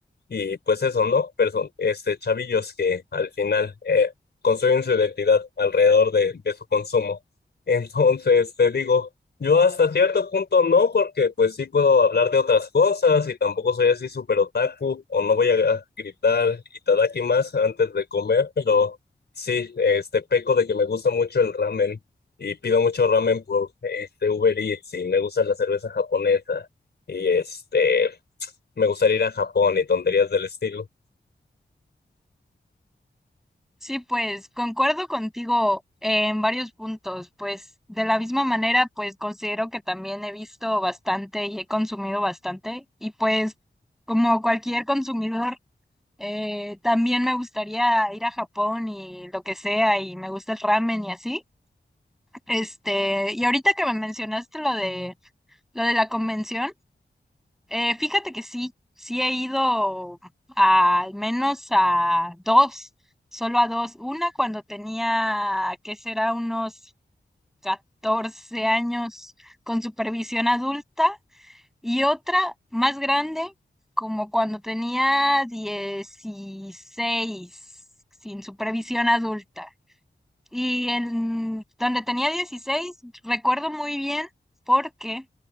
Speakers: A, on the left (about 65°); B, in the centre.
A: y pues eso, ¿no? Pero son este, chavillos que al final eh, construyen su identidad alrededor de, de su consumo. Entonces, te digo, yo hasta cierto punto no, porque pues sí puedo hablar de otras cosas y tampoco soy así súper otaku, o no voy a gritar itadaki más antes de comer, pero... Sí, este peco de que me gusta mucho el ramen y pido mucho ramen por este Uber Eats y me gusta la cerveza japonesa y este me gustaría ir a Japón y tonterías del estilo.
B: Sí, pues concuerdo contigo en varios puntos, pues de la misma manera, pues considero que también he visto bastante y he consumido bastante y pues como cualquier consumidor, eh, también me gustaría ir a Japón y lo que sea y me gusta el ramen y así. Este, y ahorita que me mencionaste lo de lo de la convención, eh, fíjate que sí, sí he ido a- al menos a dos, solo a dos. Una cuando tenía, ¿qué será? Unos 14 años con supervisión adulta y otra más grande, como cuando tenía 16 sin supervisión adulta. Y en donde tenía 16 recuerdo muy bien porque